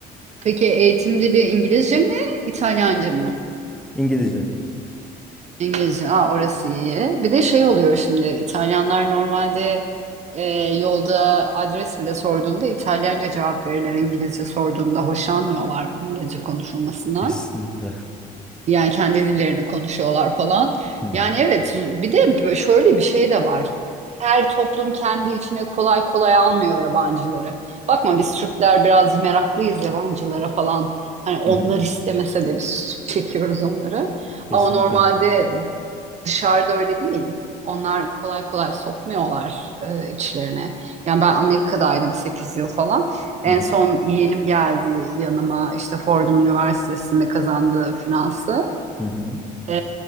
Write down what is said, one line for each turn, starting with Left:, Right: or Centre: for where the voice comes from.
Right: Peki eğitim dili İngilizce mi, İtalyanca mı?
Centre: İngilizce.
Right: İngilizce. Aa, orası iyi. Bir de şey oluyor şimdi İtalyanlar normalde e, yolda adres bile sorduğunda İtalyanca cevap verirler İngilizce sorduğunda hoşlanmıyorlar İngilizce konuşulmasından.
Centre: Kesinlikle.
Right: Yani kendi dillerini konuşuyorlar falan.
Centre: Hı hı.
Right: Yani evet bir de şöyle bir şey de var. Her toplum kendi içine kolay kolay almıyor yabancıları. Bakma biz Türkler biraz meraklıyız yabancılara falan. Hani onlar
Centre: Hı hı.
Right: istemese de biz çekiyoruz onları.
Centre: Kesinlikle.
Right: Ama normalde dışarıda öyle değil. Onlar kolay kolay sokmuyorlar e, içlerine. Yani ben Amerika'daydım 8 yıl falan. En
Centre: Hı hı.
Right: son yeğenim geldi yanıma işte Fordham Üniversitesi'nde kazandığı finansı.
Centre: Hı hı.
Right: Ee,